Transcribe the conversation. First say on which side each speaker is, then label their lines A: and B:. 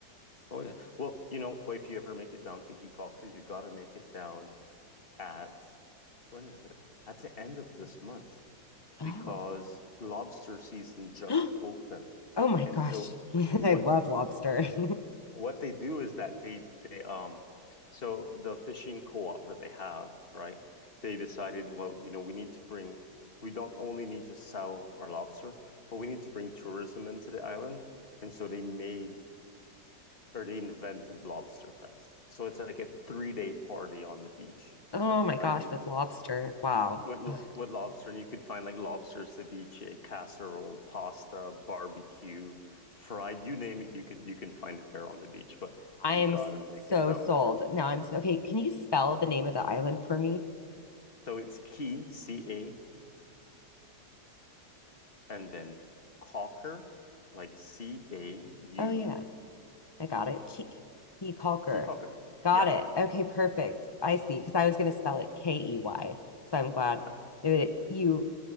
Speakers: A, on the left; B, on the left.
A: oh yeah. Well, you know, if you ever make it down to Key Calker, you gotta make it down at when is it? At the end of this month.
B: Oh.
A: because lobster season just
B: <gasps>
A: opened.
B: Oh my
A: And
B: gosh.
A: so
B: <laughs>
A: what
B: I love lobster. <laughs>
A: what they do is that they they um so the fishing co-op that they have, right? They decided, well, you know, we need to bring we don't only need to sell our lobster, but we need to bring tourism into the island. And so they made or they invented Lobster Fest. So it's like a three-day party on the beach,
B: Oh my
A: right?
B: gosh,
A: And
B: with lobster. Wow.
A: what lo
B: Ugh.
A: what lobster? And you could find like lobster ceviche, casserole, pasta, barbecue, fried, you name it, you can you can find it there on the beach, but
B: I
A: you
B: am
A: gotta make
B: so
A: it down
B: sold.
A: there.
B: Now I'm so, okay. Can you spell the name of the island for me?
A: So it's Key, C-A-Y-E, and then Cocker, like C-A-U-L,
B: Oh, yeah. I got it. Ke- Key Kalker.
A: Key Cocker.
B: Got
A: Yeah.
B: it. Okay, perfect. I see. Because I was going to spell it K E Y. So I'm glad
A: Uh,
B: that you